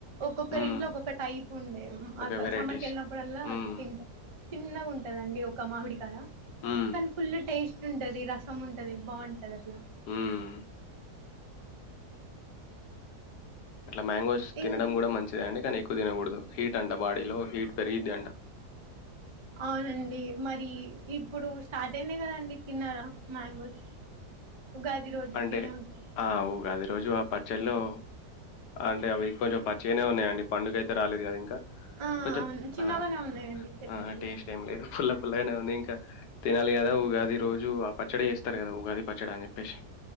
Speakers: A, on the right; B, on the left.
A: ఒక్కొక్కరి
B: హ్మ్.
A: ఇంట్లో ఒక్కొక్క టైప్ ఉండే
B: ఓకే.
A: అక్క
B: వెరైటీస్.
A: సమ్మర్కి వెళ్ళినప్పుడల్లా
B: హ్మ్.
A: తింటాం చిన్నగా ఉంటదండి ఒక మామిడికాయ
B: హ్మ్.
A: కనీ ఫుల్ టేస్ట్ రసం ఉంటది బాగుంటది అట్లా
B: హ్మ్. ఇట్లా మ్యాంగోస్ తినడం
A: ఇం
B: కూడా మంచిదే అండి కాని ఎక్కువ తినకడదు హీట్ అంట బాడీలో హీట్ పెరిగిద్ది అంట
A: అవునండి మరి ఇప్పుడు స్టార్ట్ అయింది కదండి తిన్నారా మ్యాంగోస్ ఉగాది రోజు
B: అంటే
A: తినే ఉంటారు
B: ఆ ఊగాది రోజు ఆ పచ్చలో అంటే అవి కొంచెం పచ్చగానే ఉన్నాయండి పండుకాయితే రాలేదు కదా ఇంకా
A: ఆ
B: కొంచెం
A: అవును చిన్నగానే
B: ఆ
A: ఉన్నాయండి చెట్లకి
B: ఆ టేస్ట్
A: ఇంకా
B: ఏం లేదు పుల్ల పుల్లగానే ఉంది ఇంకా తినాలి కదా ఉగాది రోజు ఆ పచ్చడి చేస్తారు కదా ఉగాది పచ్చడి అని చెప్పేసి